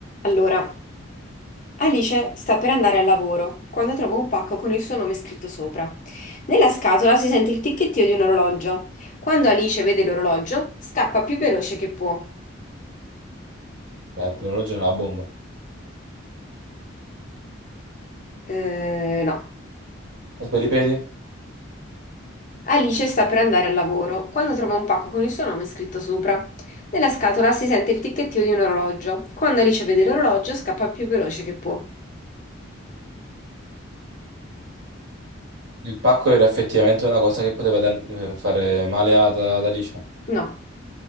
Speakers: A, on the left; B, on the right.
A: Allora, Alice sta per andare al lavoro quando trova un pacco con il suo nome scritto sopra. Nella scatola si sente il ticchettio di un orologio. Quando Alice vede l'orologio, scappa più veloce che può.
B: Eh, l'orologio è una bomba.
A: Eh, no.
B: Aspetta, ripeti?
A: Alice sta per andare al lavoro quando trova un pacco con il suo nome scritto sopra. Nella scatola si sente il ticchettio di un orologio. Quando Alice vede l'orologio, scappa più veloce che può.
B: Il pacco era effettivamente una cosa che poteva dan- eh, fare male ad, ad Alicia.
A: No,